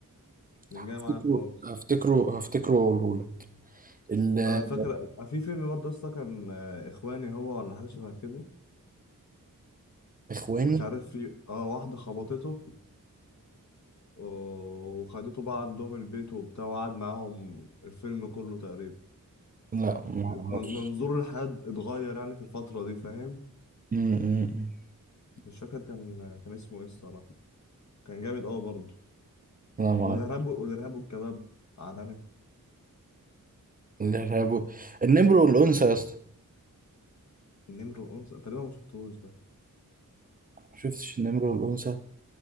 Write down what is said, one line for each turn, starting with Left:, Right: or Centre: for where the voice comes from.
Left: مش
Right: هفتكره
Left: جاي معايا خالص
Right: هفتكره هفتكره وأقوله لك
Left: انا فاكر في فيلم برضه اصلا كان آه، اخواني هو ولا حاجه شبه كده
Right: الإخواني
Left: ومش عارف في اه واحده خبطته و- وخدته بقى عندهم البيت وبتاع وقعد معاهم الفيلم كله تقريبا
Right: لا ما
Left: من-
Right: اعرفش
Left: منظور الحياه اتغير يعني في الفتره دي فاهم
Right: م- م- م.
Left: مش فاكر كان آه، كان اسمه ايه الصراحه كان جامد قوي برضه
Right: لا ما
Left: والارهاب
Right: اعرف
Left: والارهاب والكباب عالمي
Right: الارهاب النمر والانثى يا اسطى
Left: النمر والانثى تقريبا ما شفتهوش ده
Right: ما شفتش النمر والانثى